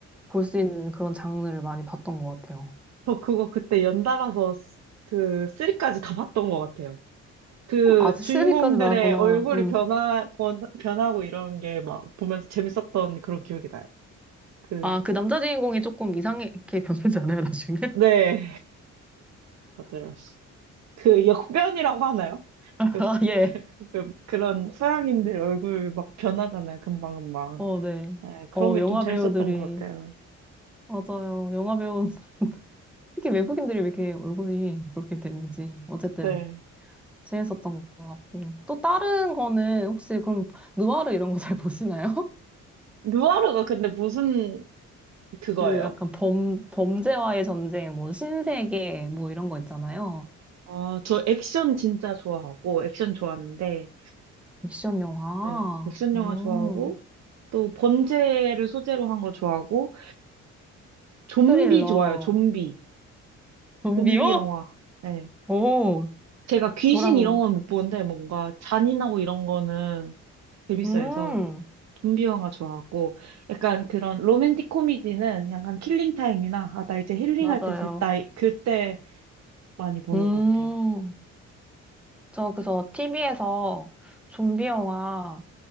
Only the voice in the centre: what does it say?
볼 수 있는 그런 장르를 많이 봤던 것 같아요.
아, 세리까지
나왔구나.
음.
아, 그 남자 주인공이 조금 이상하게 <laughs> 변하지 않아요, 나중에?
<laughs>
아, 예.
어, 네.
어,
영화
배우들이.
맞아요. 영화 배우. 특히 외국인들이 왜 이렇게 얼굴이 그렇게 되는지 어쨌든
재밌었던 것 같고 또 다른 거는 혹시 그럼 느와르 이런 거 잘 보시나요? <laughs>
그 약간 범 범죄와의 전쟁 뭐 신세계 뭐 이런 거 있잖아요.
액션 영화,
음,
스릴러,
좀비요?
오,
저랑
음
맞아요.
음,
저 그래서 TV에서 좀비 영화